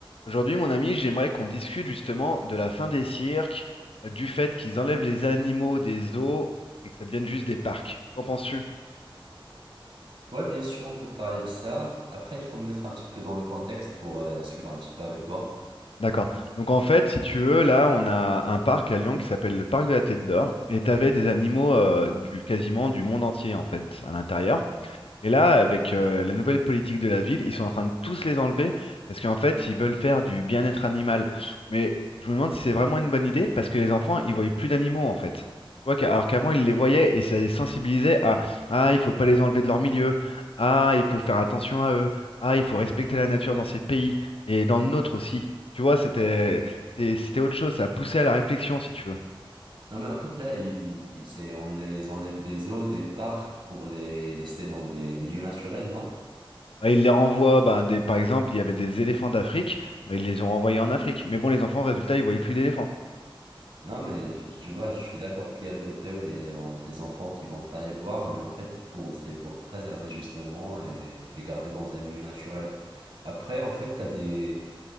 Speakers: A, on the left (about 80°); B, on the right (about 65°).
A: Aujourd'hui, mon ami, j'aimerais qu'on discute justement de la fin des cirques, euh, du fait qu'ils enlèvent les animaux des zoos et que ça devienne juste des parcs. Qu'en penses-tu?
B: Ouais, bien sûr, on peut parler de ça. Après, il faut me mettre un petit peu dans le contexte pour euh, suivre un petit peu avec toi.
A: D'accord. Donc en fait, si tu veux, là, on a un parc à Lyon qui s'appelle le parc de la Tête d'Or et t'avais des animaux euh, du quasiment du monde entier en fait à l'intérieur. Et là, avec euh, la nouvelle politique de la ville, ils sont en train de tous les enlever parce qu'en fait, ils veulent faire du bien-être animal. Mais je me demande si c'est vraiment une bonne idée parce que les enfants, ils voient plus d'animaux en fait. Tu vois, qu'a- alors qu'avant, ils les voyaient et ça les sensibilisait à Ah, il faut pas les enlever de leur milieu. Ah, il faut faire attention à eux. Ah, il faut respecter la nature dans ces pays et dans le nôtre aussi. Tu vois, c'était c'était c'était autre chose. Ça poussait à la réflexion, si tu veux.
B: Non, mais en fait, là, il, il- c'est, on les enlève des zoos, des parcs pour les laisser dans des milieux naturels, non?
A: Bah, ils les renvoient, bah, des, par exemple, il y avait des éléphants d'Afrique, bah, ils les ont renvoyés en Afrique. Mais bon, les enfants, résultat, ils voyaient plus d'éléphants.
B: Non, mais je- tu vois, je suis d'accord qu'il y a le côté où il y a les, en- les enfants qui vont pas les voir, mais en fait, pour, c'est pour préserver justement et les garder dans un milieu naturel. Après, en fait, t'as des,